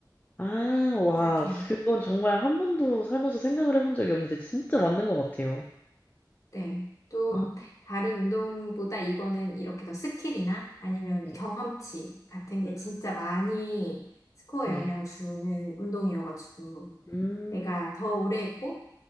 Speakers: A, on the left (about 20°); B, on the left (about 40°).
A: 아, 와,
B: 생각해요.
A: 그건 정말 한 번도 살면서 생각을 해본 적이 없는데, 진짜 맞는 것 같아요.
B: 네. 좀
A: 아,
B: 다른 운동보다 이거는 이렇게 더 스킬이나 아니면
A: 네,
B: 경험치 같은
A: 음,
B: 게 진짜 많이 스코어에
A: 네,
B: 영향을 주는 운동이어가지고
A: 음,
B: 내가 더 오래 했고